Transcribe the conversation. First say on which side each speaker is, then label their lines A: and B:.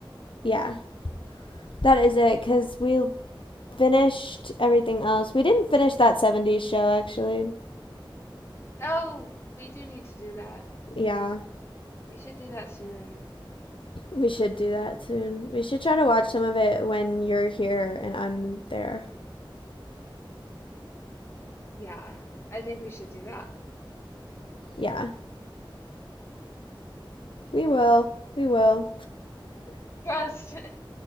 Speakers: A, on the left (about 75°); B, on the left (about 30°).
A: Yeah. That is it. Because we finished everything else. We didn't finish that 70s show, actually.
B: Oh, we do need to do that.
A: Yeah.
B: We should do that soon.
A: We should do that soon. We should try to watch some of it when you're here and I'm there.
B: Yeah, I think we should do that.
A: Yeah. We will. We will.
B: Trust. <laughs>